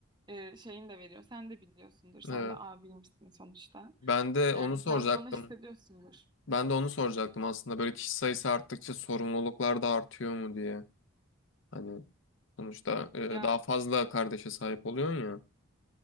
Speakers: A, on the right; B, on the left.
A: e, şeyini de veriyor. Sen de biliyorsundur. Sen
B: Evet.
A: de abiymişsin sonuçta.
B: Ben de
A: Yani
B: onu soracaktım.
A: sen de onu hissediyorsundur.
B: Ben de onu soracaktım aslında. Böyle kişi sayısı arttıkça sorumluluklar da artıyor mu diye. Hani sonuçta e,
A: Ya
B: daha fazla kardeşe sahip oluyorsun ya.